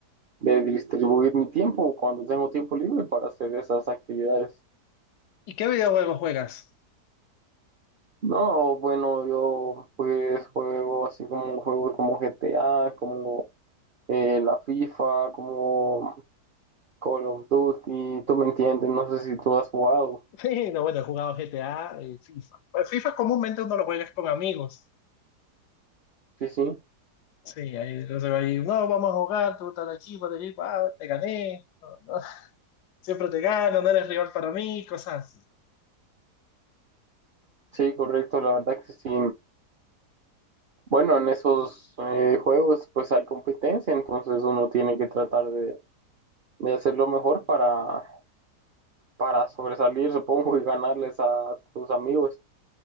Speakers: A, on the right (about 55°); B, on the left (about 75°).
A: de distribuir mi tiempo cuando tengo tiempo libre para hacer esas actividades.
B: ¿Y qué videojuegos juegas?
A: No, bueno, yo pues juego así como juegos como G T A como eh, la FIFA, como Call of Duty, tú me entiendes, no sé si tú has jugado.
B: <laughs> Sí, no, bueno, he jugado GTA y FIFA. Pues FIFA comúnmente uno lo juega con amigos.
A: Sí, sí,
B: Sí, ahí, entonces ahí, no, vamos a jugar, tú estás aquí, para allí, pa, te gané, no, no, <laughs> siempre te gano, no eres rival para mí, cosas así.
A: sí, correcto, la verdad que sí. Bueno, en esos eh, juegos pues hay competencia, entonces uno tiene que tratar de de hacer lo mejor para, para sobresalir, supongo, y ganarles a tus amigos.